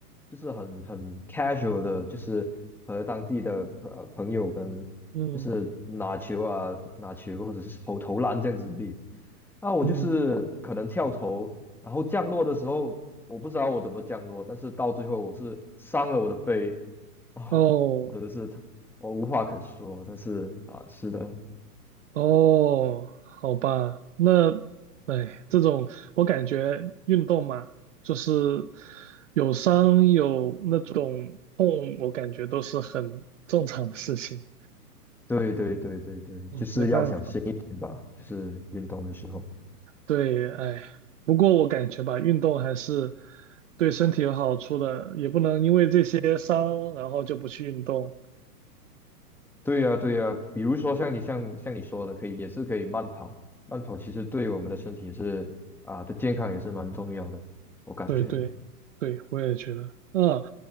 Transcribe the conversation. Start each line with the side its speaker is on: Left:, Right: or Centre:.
Centre: 就是很很 casual 的，就是和当地的呃朋友跟就是拿球啊拿球或者是投投篮这样子而已。
Right: 嗯
Centre: 那我就是可能跳投，
Right: 嗯，
Centre: 然后降落的时候我不知道我怎么降落，但是到最后我是伤了我的背啊，
Right: 哦
Centre: 我真的是我无话可说，但是啊，是的。
Right: 哦，好吧，那，哎，这种我感觉运动嘛，就是有伤有那种痛，我感觉都是很正常的事情。
Centre: 对对对对对，
Right: 嗯，
Centre: 就是要小心一点吧，
Right: 没办法。
Centre: 就是运动的时候。
Right: 对，哎，不过我感觉吧，运动还是对身体有好处的，也不能因为这些伤，然后就不去运动。
Centre: 对呀对呀，比如说像你像像你说的，可以也是可以慢跑，慢跑其实对我们的身体也是啊的健康也是蛮重要的，我感觉。
Right: 对对对，我也觉得。嗯